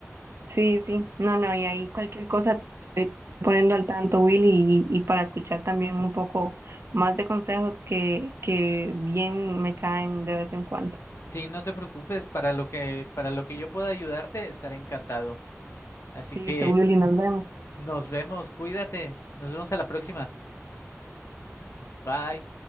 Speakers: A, on the right; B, on the left.
A: Sí, sí, no, no, y ahí cualquier cosa te estoy poniendo al tanto, Willy, y, y para escuchar también un poco más de consejos que, que bien me caen de vez en cuando.
B: Sí, no te preocupes, para lo que, para lo que yo pueda ayudarte, estaré encantado. Así
A: Listo,
B: que
A: Willy, nos vemos.
B: nos vemos, cuídate, nos vemos a la próxima. Bye.